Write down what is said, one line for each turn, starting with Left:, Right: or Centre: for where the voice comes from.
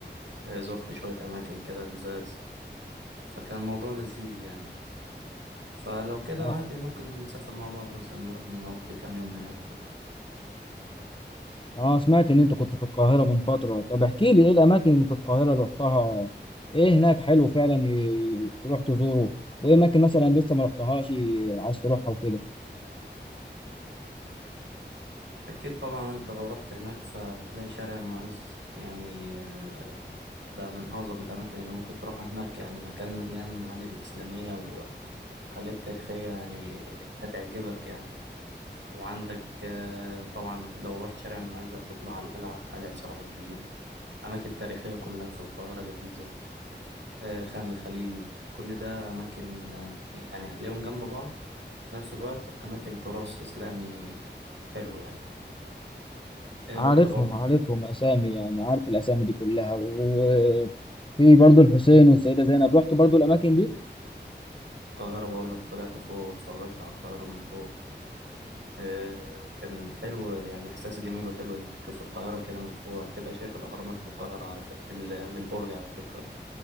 Right: آه، زرت شوية أماكن كده لزاز فكان الموضوع لذيذ يعني فلو كده
Left: اه
Right: عادي ممكن نسافر مع بعض مثلا نروح نقضي كام يوم هناك كده
Left: آه، سمعت ان انت كنت في القاهره من فتره طب احكي لي ايه الاماكن اللي في القاهره اللي رحتها ايه هناك حلو فعلا ي- تروح تزوره وايه اماكن مثلا لسه ما رحتهاش عايز تروحها وكده
Right: أكيد طبعا أنت لو رحت هناك فهتلاقي شارع المعز يعني آه، ده من أعظم الأماكن اللي ممكن تروحها هناك يعني مكان مليان معالم إسلامية وحاجات تاريخية يعني هتعجبك يعني وعندك آه، طبعا لو رحت شارع المعز هتطلع على القلعة قلعة صلاح الدين أماكن تاريخية كلها في القاهرة لذيذة آه، خان الخليلي كل ده أماكن آه، يعني هتلاقيهم جنب بعض في نفس الوقت أماكن تراث إسلامي حلو يعني. إيه
Left: عارفهم
Right: رحت برضه
Left: عارفهم اسامي يعني عارف الاسامي دي كلها وفي برضو الحسين والسيده زينب رحت برضو الاماكن دي
Right: القاهرة بقول لك طلعت فوق واتفرجت على القاهرة من فوق إيه كان حلو يعني إحساس جميل وحلو إنك تشوف القاهرة كده من فوق هتبقى شايف الأهرامات من القاهرة على ف... من ال- من البرج على فكرة